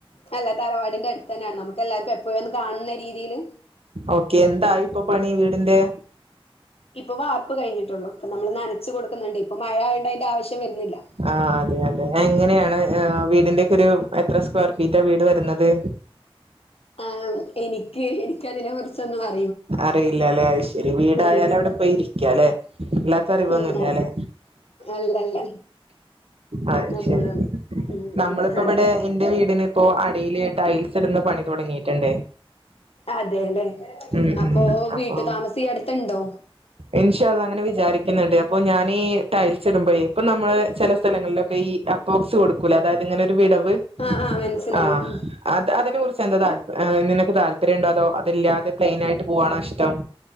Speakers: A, on the left; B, on the right.
A: അല്ല തറവാടിന്റെ അടുത്തന്നാണ്. നമുക്ക് എല്ലാർക്കും എപ്പോഴും ഒന്ന് കാണുന്ന രീതിയില്
B: ഓക്കെ എന്താ ഇപ്പൊ പണി വീടിന്റെ?
A: ഇപ്പൊ വാർപ്പ് കഴിഞ്ഞിട്ടുള്ളു. ഇപ്പൊ നമ്മള് നനച്ചു കൊടുക്കുന്നുണ്ട്. ഇപ്പൊ മഴ ആയോണ്ട് അയിന്റെ ആവശ്യം വരുന്നില്ല.
B: ആഹ് അതെയതെ എങ്ങനെയാണ് വീടിന്റെക്കെ ഒരു എത്ര സ്ക്വയർ ഫീറ്റാ വീട് വരുന്നത്?
A: ആഹ് എനിക്ക് എനിക്കതിനെ കുറിച്ചൊന്നും അ
B: അറിയില്ലല്ലെ അത് ശരി വീടായാൽ
A: ഉം.
B: അവിടെ പോയി ഇരിക്ക ലെ. ഇല്ലാത്ത അറിവൊന്നുല്ലലെ.
A: ഉം അതെ അല്ലല്ല
B: ആഹ്
A: നമ്മള്
B: ശരി
A: ഉം
B: നമ്മളിപ്പോ
A: ഉം
B: ഇവിടെ
A: അതെ
B: ഇന്റെ വീടിന് ഇപ്പോ അടിയില് ടൈൽ സിടുന്ന പണി തുടങ്ങിയിട്ടുണ്ടെ
A: അതെല്ലേ
B: ഉം
A: അപ്പൊ
B: അപ്പൊ
A: വീട്ടു താമസം ഈ അടുത്തുണ്ടോ
B: ഇൻഷാ അല്ലാഹ് അങ്ങനെ വിചാരിക്ക്ന്ന് ണ്ട്. അപ്പൊ ഞാൻ ഈ ടൈൽസ് ഇടുമ്പഴെ ഇപ്പ നമ്മള് ചെല സ്ഥലങ്ങളിലൊക്കെ ഈ അപ്പോക്സ് കൊടുക് ക്കൂലേ അതായത് ഇങ്ങനെ ഒരു വിടവ്.
A: ആഹ് ആഹ് മനസ്സിലായി
B: ആഹ്
A: ഉം
B: അത് അതിനെ കുറിച്ച് എന്താ താല്പ ആഹ് നിനക്ക് താല്പര്യംണ്ടോ? അതോ അതില്ലാതെ പ്ലെയിനായിട്ട് പോവാണോ ഇഷ്ടം?